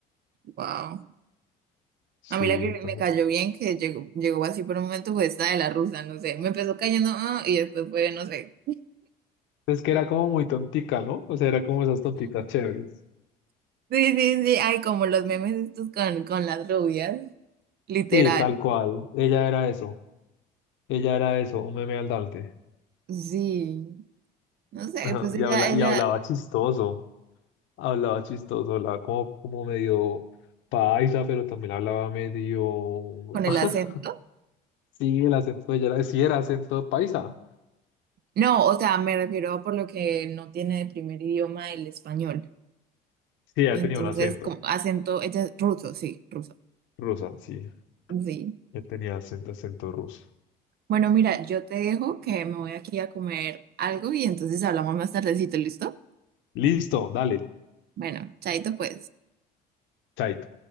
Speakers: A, on the right; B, on the left.
A: Wow.
B: Sí,
A: A mí la que
B: entonces.
A: me cayó bien, que llegó, llegó así por un momento, fue esta de la rusa, no sé. Me empezó cayendo, ah, y después fue, no sé.
B: Es que era como muy tontica, ¿no? O sea, era como esas tonticas chéveres.
A: Sí, sí, sí. Ay, como los memes estos con, con las rubias, literal.
B: Sí, tal cual. Ella era eso. Ella era eso, un meme andante.
A: Sí. No sé,
B: Ajá,
A: pues
B: Y
A: ella,
B: habla,
A: ella,
B: y hablaba chistoso. Hablaba chistoso, hablaba como, como medio paisa, pero también hablaba medio.
A: con el
B: <laughs>
A: acento.
B: Sí, el acento de ella era, sí, era acento paisa.
A: No, o sea, me refiero a por lo que no tiene de primer idioma el español.
B: Sí, ya
A: Entonces,
B: tenía un acento
A: como acento, ella es ruso, sí, ruso.
B: rusa, sí,
A: Sí.
B: ya tenía acento, acento ruso.
A: Bueno, mira, yo te dejo que me voy aquí a comer algo y entonces hablamos más tardecito, ¿listo?
B: Listo, dale,
A: Bueno, chaito pues.
B: chaito.